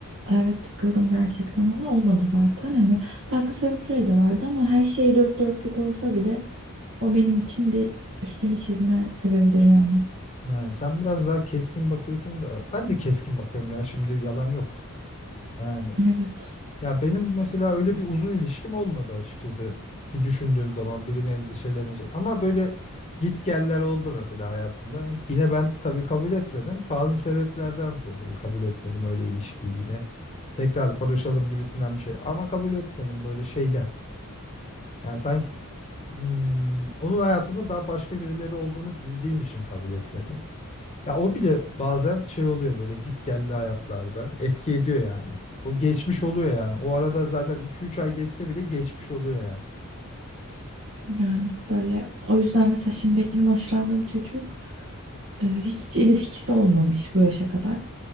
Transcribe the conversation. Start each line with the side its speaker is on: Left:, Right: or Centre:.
Right: Evet takıldım gerçekten ona olmadı zaten hani farklı sebepleri de vardı ama her şey dört dörtlük olsa bile o benim için bir üstünü çizme sebebidir yani.
Left: Yani sen biraz daha keskin bakıyorsun da ben de keskin bakıyorum ya şimdi yalan yok. Yani
Right: Evet
Left: ya benim mesela öyle bir uzun ilişkim olmadı açıkçası. Bir düşündüğüm zaman birine endişelenecek. Ama böyle gitgeller oldu mesela hayatımda. Yine ben tabii kabul etmedim. Bazı sebeplerden dolayı kabul etmedim öyle ilişkiyi yine. Tekrar barışalım gibisinden bir şey. Ama kabul etmedim böyle şeyden. Yani sanki hmm, onun hayatında daha başka birileri olduğunu bildiğim için kabul etmedim. Ya o bile bazen şey oluyor böyle git gelli hayatlarda etki ediyor yani. O geçmiş oluyor yani. O arada zaten iki üç ay geçse bile geçmiş oluyor yani.
Right: yani böyle o yüzden mesela şimdi benim hoşlandığım çocuk e, hiç ilişkisi olmamış bu yaşa kadar